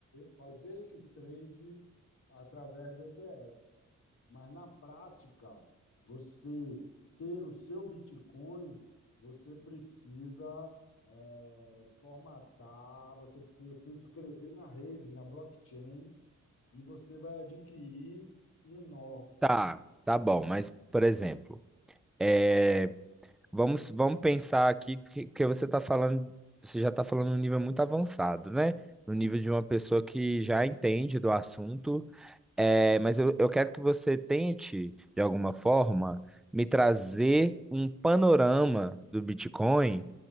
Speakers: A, on the left (about 80°); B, in the centre.
A: fazer esse trade através do ETF. Mas na prática, você ter o seu Bitcoin, você precisa eh, formatar, você precisa se inscrever na rede, na blockchain, e você vai adquirir um nó
B: Tá, tá bom, mas por exemplo, é, vamos, vamos pensar aqui que, que você está falando, você já está falando num nível muito avançado, né? No nível de uma pessoa que já entende do assunto, é, mas eu, eu quero que você tente, de alguma forma, me trazer um panorama do Bitcoin